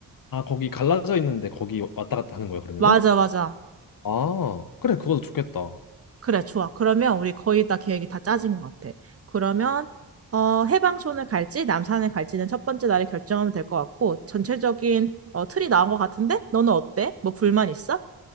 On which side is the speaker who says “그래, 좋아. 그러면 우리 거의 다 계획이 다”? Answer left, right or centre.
Right